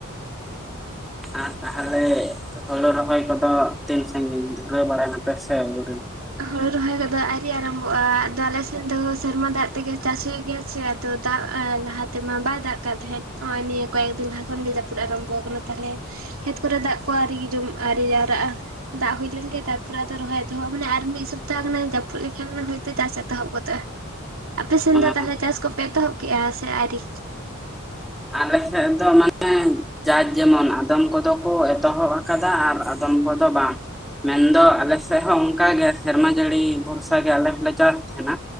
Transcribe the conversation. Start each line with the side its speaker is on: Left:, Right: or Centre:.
Centre: ᱦᱮᱸ ᱛᱟᱦᱟᱞᱮ ᱦᱳᱲᱩ ᱨᱚᱦᱚᱭ ᱠᱚᱫᱚ ᱛᱤᱱ ᱥᱟᱜᱤᱧ ᱫᱷᱩᱨᱟᱹᱣ ᱵᱟᱲᱟᱭ ᱱᱟᱯᱮ ᱥᱮ ᱟᱣᱨᱤ?
Right: ᱦᱳᱲᱳ ᱨᱚᱦᱚᱭ ᱠᱚᱫᱚ ᱟᱣᱨᱤ ᱟᱨᱟᱢᱵᱚᱜᱼᱟ ᱟᱫᱚ ᱟᱞᱮᱥᱮᱱ ᱫᱚ ᱥᱮᱨᱢᱟ ᱫᱟᱜ ᱛᱮᱜᱮ ᱪᱟᱥ ᱦᱩᱭᱩᱜ ᱜᱮᱭᱟ ᱥᱮ᱾ ᱛᱚ ᱫᱟᱜ ᱞᱟᱦᱟ ᱛᱮᱢᱟ ᱵᱟᱭ ᱫᱟᱜ ᱠᱟᱜ ᱛᱟᱦᱮᱸᱫ᱾ ᱱᱚᱜᱼᱚᱭ ᱱᱤᱭᱟᱹ ᱠᱚᱭᱮᱠ ᱫᱤᱱ ᱞᱟᱦᱟ ᱠᱷᱚᱱᱜᱮ ᱡᱟᱹᱯᱩᱫ ᱟᱨᱟᱢᱵᱚ ᱠᱟᱱᱟ ᱛᱟᱦᱟᱞᱮ ᱠᱷᱮᱛ ᱠᱚᱨᱮ ᱫᱟᱜ ᱠᱚ ᱟᱣᱨᱤ ᱡᱟᱣᱨᱟᱜᱼᱟ ᱫᱟᱜ ᱦᱩᱭ ᱞᱮᱱᱜᱮ ᱛᱟᱨᱯᱚᱨᱮ ᱟᱫᱚ ᱨᱚᱦᱚᱭ ᱮᱛᱚᱦᱚᱵ᱾ ᱢᱟᱱᱮ ᱟᱨ ᱢᱤᱫ ᱥᱚᱯᱛᱟᱦᱚ ᱜᱟᱱᱮ ᱡᱟᱹᱯᱩᱫ ᱞᱮᱠᱷᱟᱱ ᱦᱚᱭᱛᱳ ᱪᱟᱥ ᱮᱛᱚᱦᱚᱵ ᱜᱚᱫᱚᱜᱼᱟ᱾ ᱟᱯᱮ ᱥᱮᱱ
Centre: ᱚᱱᱟ
Right: ᱫᱚ ᱛᱟᱦᱚᱞᱮ ᱪᱟᱥ ᱠᱚᱯᱮ ᱮᱛᱚᱦᱚᱵ ᱠᱮᱜᱼᱟ ᱥᱮ ᱟᱣᱨᱤ?
Centre: ᱟᱞᱮ ᱥᱮᱫ ᱫᱚ ᱢᱟᱱᱮ ᱡᱟᱨ ᱡᱮᱢᱚᱱ ᱟᱫᱚᱢ ᱠᱚᱫᱚ ᱠᱚ ᱮᱛᱚᱦᱚᱵ ᱟᱠ ᱠᱟᱫᱟ ᱟᱨ ᱟᱫᱚᱢ ᱜᱚᱫᱚ ᱵᱟᱝ? ᱢᱮᱱᱫᱚ ᱟᱞᱮᱥᱮᱫ ᱦᱚᱸ ᱚᱱᱠᱟᱜᱮ ᱥᱮᱨᱢᱟ ᱡᱟᱹᱲᱤ ᱵᱷᱚᱨᱥᱟ ᱜᱮ ᱟᱞᱮ ᱦᱚᱸᱞᱮ ᱪᱟᱥ ᱛᱟᱦᱮᱸᱱᱟ᱾